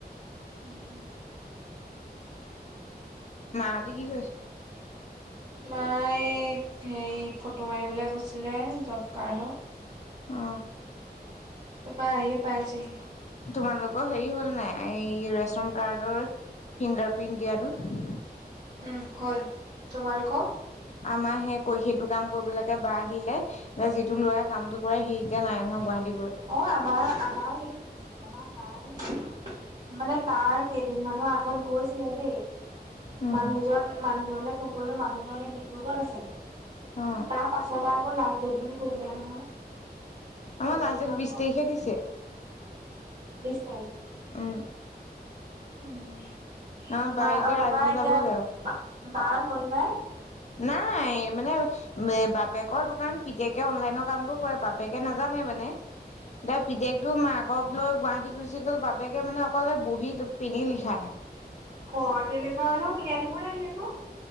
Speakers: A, on the right (about 45°); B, on the left (about 45°).
A: উম <inaudible>
B: মাহঁতে কি কৰিছে
A: মায়ে হেৰি ফটো মাৰিবলে গৈছিলে জব কাৰ্ডৰ
B: অ
A: পাপাই আহি পাইছে সি
B: তোমালোকৰ হেৰি হ'ল নাই এই ৰেচন কাৰ্ডৰ ফিংগাৰ প্ৰিণ্ট দিয়াটো
A: উম হল তোমালোকৰ
B: আমাৰ সে ক সেইটো কাম কৰিবলৈকে বা আহিলে যিটো ল'ৰা কামটো কৰে সি এতিয়া নাই নহয় গুৱাহাটী গল।
A: অঁ আমাৰ আমাৰো হে কি আমাৰ পাই মানে তাৰ কেইদিনমানানৰ আগত গৈছেহে দেই।
B: উম,
A: মানুহজন মানুহজনলৈ ফোন কৰিলেও মানুহজনী ৰোগত আছেগে,
B: অ',
A: তাৰ পাছতে আকৌ লাষ্ট ডেট বুলি কৈ দিলে নহয়। কেনেকুৱাকে
B: আমাৰ লাষ্টত ডেত বিশ তাৰিখে দিছে।
A: বিছ মাইল।
B: উম।
A: উম,
B: অ', বা
A: মা আৰু
B: এতিয়া
A: পাপাৰ
B: আজি
A: এতিয়া
B: যাবগে আৰু
A: বাৰ হ'ল নাই?
B: নাই মানে বাপেকৰ দোকান পিতেকে অনলাইনৰ কামবোৰ কৰে বাপেকে নাজানে মানে, এতিয়া পিতেকটো মা ক লৈ গুৱাহাটী গুচি গ'ল, বাপেকে মানে অকলে বহী পিন্ধি লিখা আহে।
A: অঁ তেনেকুৱা মানুহ উলিয়ায় দিব লাগে আক।